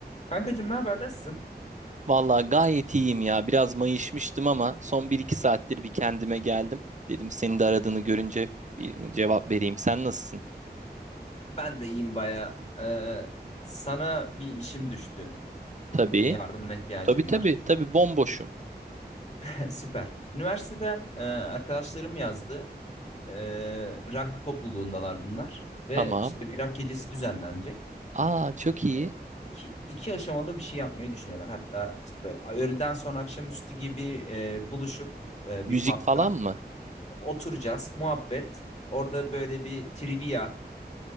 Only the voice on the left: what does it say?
Kankacığım ne haber? Nasılsın?
Ben de iyiyim baya. Ee, sana bir işim düştü.
Bir yardımına ihtiyacım
var.
<laughs> Süper. Üniversiteden e, arkadaşlarım yazdı. Ee, rock topluluğundalar bunlar. Ve
işte bir rock gecesi düzenlenecek.
Ee, iki, iki aşamalı bir şey yapmayı düşünüyorlar. Hatta işte böyle öğleden sonra akşamüstü gibi e, buluşup e,
bir pub'da
oturacağız. Muhabbet. Orada böyle bir trivia